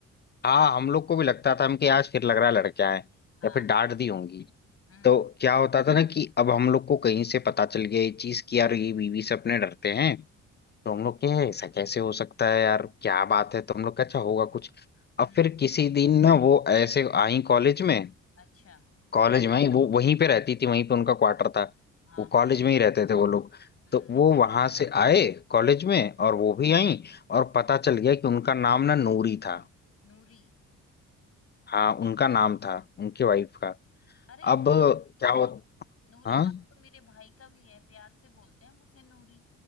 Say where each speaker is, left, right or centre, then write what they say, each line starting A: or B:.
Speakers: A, on the left (about 35°); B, on the left (about 50°).
A: हाँ हम लोग को भी लगता था हम कि आज फिर लग रहा है लड़कियां हैं
B: हाँ
A: या फिर डांट दी होंगी
B: हम्म
A: तो क्या होता था ना कि अब हम लोग को कहीं से पता चल गया ये चीज कि यार ये बीवी से अपने डरते हैं तो हम लोग के ऐसा कैसे हो सकता है यार क्या बात है तो हम लोग का अच्छा होगा कुछ अब
B: हम्म
A: फिर किसी दिन ना वो ऐसे आई कॉलेज में
B: अच्छा
A: कॉलेज में ही वो वहीं पे रहती थी वहीं पे उनका क्वार्टर था
B: हाँ
A: वो कॉलेज
B: हाँ
A: में ही रहते थे वो लोग
B: हम्म
A: तो वो वहां से आए कॉलेज में और वो भी आई और पता चल गया कि उनका नाम ना नूरी था
B: नूरी
A: हाँ उनका नाम था उनके वाइफ का
B: अरे
A: अब क्या हो
B: नूरी
A: हाँ
B: नाम तो मेरे भाई का भी है प्यार से बोलते हैं मुझे नूरी